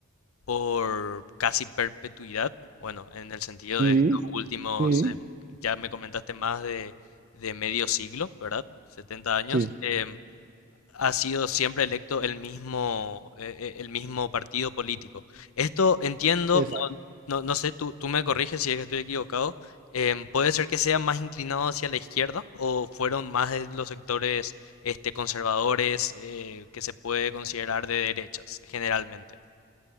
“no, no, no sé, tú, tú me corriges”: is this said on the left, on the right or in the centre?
Left